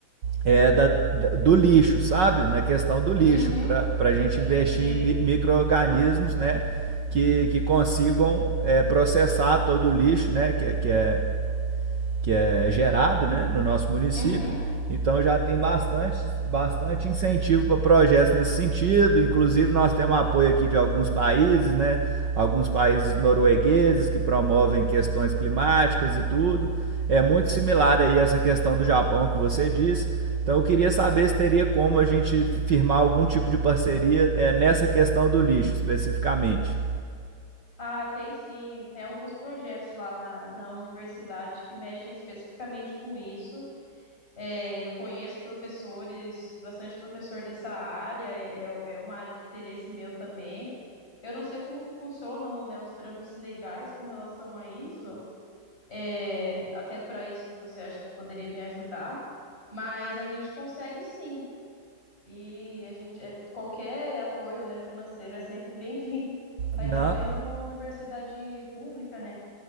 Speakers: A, on the right; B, on the left.
A: é, da- da- do lixo, sabe? Na questão do lixo,
B: Uhum,
A: para a gente
B: entendi.
A: investir em mi- micro-organismos, né? Que, que consigam é, processar todo o lixo, né? Que, é- que, é, que é gerado né, no nosso município.
B: Uhum.
A: Então já tem bastante, bastante incentivo para projetos nesse sentido. Inclusive nós temos apoio aqui de alguns países, né? Alguns países noruegueses que promovem questões climáticas e tudo. É muito similar aí essa questão do Japão que você disse. Então eu queria saber se teria como a gente firmar algum tipo de parceria é, nessa questão do lixo especificamente.
B: Ah, tem sim, tem alguns projetos lá na, na universidade que mexem especificamente com isso. É, eu conheço professores, bastante professor dessa área, é, é é uma área de interesse meu também. Eu não sei como que funcionam, né, os trâmites legais com relação a isso, é, até para isso que você acha que poderia me ajudar, mas a gente consegue sim. E a gente, é- qualquer apoio, né, financeiro é sempre bem-vindo, <laughs> ainda
A: Não,
B: mais numa universidade pública, né?